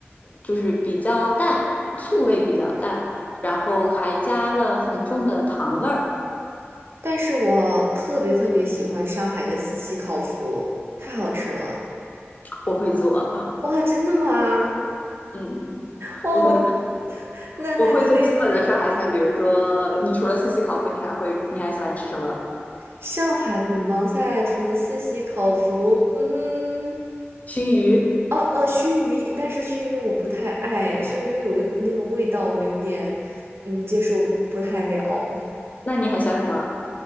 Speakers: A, on the left; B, on the right.
A: 就是比较淡，醋味比较淡，然后还加了很重的糖味儿。
B: 但是我特别特别喜欢上海的四喜烤麸，太好吃了。
A: 我会做，
B: 哇，真的吗？
A: 嗯，
B: 哇，
A: 我会
B: 我 <laughs> 那那您可以。
A: 我会做基本的上海菜，比如说你除了四喜烤鲱，你还会你还喜欢吃什么？
B: 上海本帮菜除了四喜、烤麸，嗯，
A: 熏鱼？
B: 哦哦，熏鱼也但是熏鱼我不太爱，熏鱼有一个那个味道，我有点嗯接受不太了。
A: 那你还喜欢什么？